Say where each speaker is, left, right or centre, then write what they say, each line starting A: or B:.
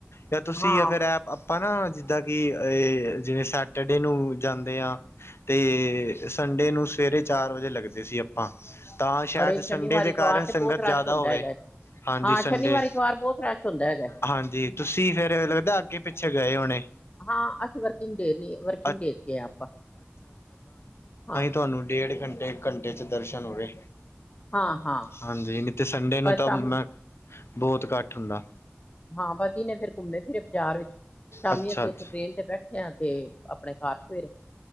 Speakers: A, on the left; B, on the left.
A: ਯਾ ਤੁਸੀਂ
B: ਹਾਂ
A: ਫਿਰ ਐ ਆਪਾਂ ਨਾ ਜਿਦਾਂ ਕਿ ਏ ਜਿਵੇਂ ਸੈਟਰਡੇ ਨੂੰ ਜਾਂਦੇ ਆ। ਤੇ ਸੰਡੇ ਨੂੰ ਸਵੇਰੇ ਚਾਰ ਵਜੇ ਲੱਗਦੇ ਸੀ ਆਪਾਂ ਤਾਂ ਸ਼ਾਇਦ
B: ਅਰੇ ਸ਼ਨੀਵਾਰ
A: ਸੰਡੇ ਦੇ
B: ਐਤਵਾਰ
A: ਕਾਰਨ
B: ਤੇ
A: ਸੰਗਤ
B: ਬਹੁਤ ਰਸ਼
A: ਜੈਦਾ
B: ਹੁੰਦਾ
A: ਹੋਵੇ।
B: ਹੈਗਾ ਹੈ।
A: ਹਾਂਜੀ
B: ਹਾਂ
A: ਸੰਡੇ
B: ਸ਼ਨੀਵਾਰ ਐਤਵਾਰ ਬਹੁਤ ਰਸ਼ ਹੁੰਦਾ ਹੈਗਾ ਹੈ।
A: ਹਾਂਜੀ ਤੁਸੀਂ ਫੇਰ ਲੱਗਦਾ ਅੱਗੇ ਪਿੱਛੇ ਗਏ ਹੋਣੇ।
B: ਹਾਂ ਅਸੀਂ ਵਰਕਿੰਗ ਡੇ ਨੇ ਵਰਕਿੰਗ
A: ਅ
B: ਡੇ ਕੇ ਆ ਆਪਾਂ ਹਾਂ।
A: ਤੁਆਨੂੰ ਡੇਢ ਘੰਟੇ ਇੱਕ ਘੰਟੇ ਚ ਦਰਸ਼ਨ ਹੋਵੇ।
B: ਹਾਂ-ਹਾਂ,
A: ਹਾਂਜੀ ਨਈ ਤੇ ਸੰਡੇ ਨੂੰ
B: ਬਸ
A: ਤਾਂ
B: ਸ਼ਾਮੀ
A: ਮੈਂ ਬੋਤ ਘੱਟ ਹੁੰਦਾ।
B: ਹਾਂ ਬਾ ਦਿਨੇ ਫੇਰ ਘੁੰਮੇ ਫਰੇ ਬਾਜ਼ਾਰ ਵਿੱਚ ਸ਼ਾਮੀ
A: ਅੱਛਾ
B: ਅਸੀਂ
A: ਅੱਛਾ
B: ਉੱਥੋਂ ਟ੍ਰੇਨ ਤੇ ਬੈ ਠੇ ਆ ਤੇ ਆਪਣੇ ਘਰ ਸਵੇਰ